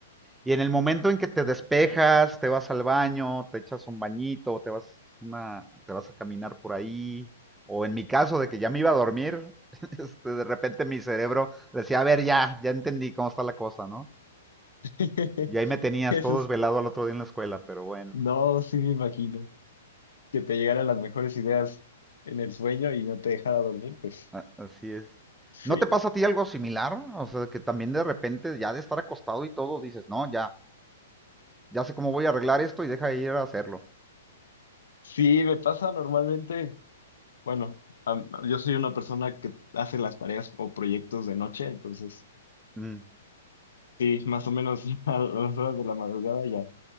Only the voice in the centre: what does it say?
Y en el momento en que te despejas, te vas al baño, te echas un bañito, te vas una, te vas a caminar por ahí, o en mi caso de que ya me iba a dormir, <laughs> este, de repente mi cerebro decía, a ver, ya, ya entendí cómo está la cosa, ¿no?
Y ahí me tenías
todo
desvelado al otro día en la escuela, pero bueno,
así es.
¿No te pasa a ti algo similar? O sea, que también de repente ya de estar acostado y todo dices, no, ya, ya sé cómo voy a arreglar esto y deja de ir a hacerlo.
Mm.